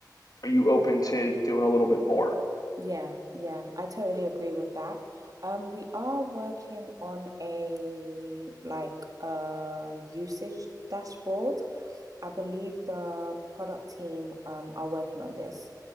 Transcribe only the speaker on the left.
are you open to doing a little bit more?